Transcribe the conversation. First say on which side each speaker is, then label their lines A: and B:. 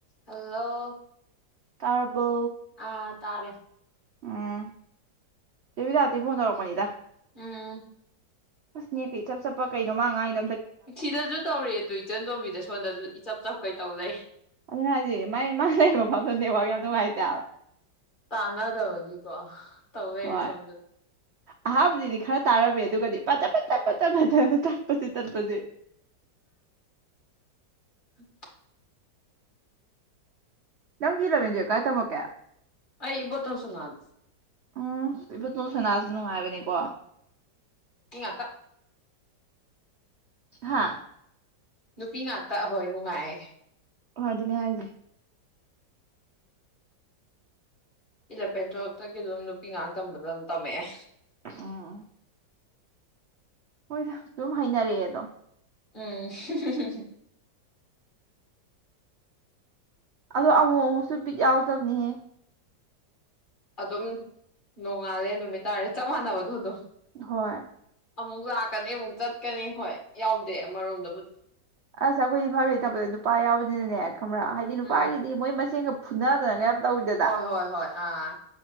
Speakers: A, on the left; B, on the right.
A: hello
B: ꯇꯥꯔꯕꯣ
A: ꯑꯥ ꯇꯥꯔꯦ
B: ꯎꯝ ꯆꯦ ꯕꯤꯗ꯭ꯌꯥꯄꯇꯤ ꯐꯣꯟ ꯇꯧꯔꯛꯀꯄꯅꯤꯗ
A: ꯎꯝ
B: ꯑꯁ ꯅꯦꯠꯀ ꯏꯆꯞ ꯆꯞꯄ ꯀꯩ ꯃꯥ ꯉꯥꯡꯉꯤ
A: ꯁꯤꯗꯁꯨ ꯇꯧꯔꯦ ꯑꯗꯨ ꯏꯆꯟ ꯇꯣꯝꯕꯤꯗ ꯁꯣꯝꯗꯁꯨ ꯏꯆꯞ ꯆꯞꯀꯩ ꯇꯧ ꯂꯩ
B: ꯑꯗꯨꯅꯦ ꯍꯥꯏꯁꯦ ꯃꯥꯏ ꯃꯥ ꯂꯩ ꯃꯐꯝ ꯅꯦꯠ ꯋꯥꯔꯛ ꯌꯥꯝ ꯅꯨꯡꯉꯥꯏꯇꯦꯕ
A: ꯇꯥꯟꯅꯗꯕꯒꯤꯀꯣ ꯇꯧ ꯂꯩꯔꯦ
B: ꯍꯣꯏ
A: ꯁꯣꯝꯗ
B: ꯑꯍꯥꯟꯕꯗꯗꯤ ꯈꯔ ꯇꯥꯔꯝꯃꯦ ꯑꯗꯨꯒꯗꯤ ꯄꯇꯠ ꯄꯇꯠ ꯄꯇꯠ ꯄꯇꯠ ꯇꯠꯄꯁꯤ ꯇꯠꯄꯁꯤ
A: ꯍꯨꯡ
B: ꯅꯪꯗꯤ ꯏꯜꯂꯕꯦꯟ ꯇꯨꯌꯦꯜꯞ ꯀꯥꯏꯗ ꯇꯝꯃꯛꯀꯦ
A: ꯑꯩ ꯏꯕꯣꯇꯣꯟꯁꯥꯅꯗ
B: ꯎꯝ ꯏꯕꯣꯇꯣꯟ ꯁꯅꯥꯁꯨ ꯅꯨꯡꯉꯥꯏꯕꯅꯤꯀꯣ
A: ꯅꯨꯄꯤ ꯉꯥꯛꯇ
B: ꯍꯥꯥ
A: ꯅꯨꯄꯤ ꯉꯥꯛꯇ ꯍꯣꯏ ꯅꯨꯡꯉꯥꯏꯌꯦ
B: ꯍꯣꯏ ꯑꯗꯨꯅꯦ ꯍꯥꯏꯖꯦ
A: ꯏꯂꯚꯦꯟ ꯇꯨꯋꯦꯜꯐꯇꯒꯤ ꯑꯗꯨꯝ ꯅꯨꯄꯤ ꯉꯥꯛ ꯇꯝꯕꯗ ꯑꯗꯨꯝ ꯇꯝꯃꯛꯑꯦ
B: ꯎꯝ ꯍꯣꯏꯗ ꯑꯗꯨꯝ ꯍꯩꯅꯔꯛꯑꯦꯗꯣ
A: ꯎꯝ ꯍꯨꯡ ꯍꯨꯡ ꯍꯨꯡ
B: ꯑꯗꯣ ꯑꯃꯨꯛ ꯑꯃꯨꯛꯁꯨ ꯕꯤꯠ ꯌꯥꯎꯗꯕꯅꯤꯍꯦ
A: ꯑꯗꯨꯝ ꯅꯣꯡꯉꯥꯜꯂꯦ ꯅꯨꯃꯤꯠ ꯇꯥꯔꯦ ꯆꯞ ꯃꯥꯟꯅꯕꯗꯣ ꯑꯗꯨꯝ
B: ꯍꯣꯏ
A: ꯑꯃꯨꯛ ꯂꯥꯛꯀꯅꯤ ꯑꯃꯨꯛ ꯆꯠꯀꯅꯤ ꯍꯣꯏ ꯌꯥꯎꯗꯦ ꯑꯃꯔꯣꯝꯗꯕꯨꯗꯤ
B: ꯑꯁ ꯑꯩꯈꯣꯏ ꯏꯐꯥꯕꯩ ꯊꯄꯗ ꯅꯨꯄꯥ ꯌꯥꯎꯕꯅꯤꯅꯅꯦ ꯈꯪꯕ꯭ꯔꯥ ꯍꯥꯏꯗꯤ ꯅꯨꯄꯥꯒꯤꯗꯤ
A: ꯎꯝ
B: ꯃꯣꯏ ꯃꯁꯦꯟꯒ ꯐꯨꯅꯗꯅꯒ ꯌꯥꯝ ꯇꯧꯋꯤꯗꯅ
A: ꯍꯣꯏ ꯍꯣꯏ ꯍꯣꯏ ꯑꯥ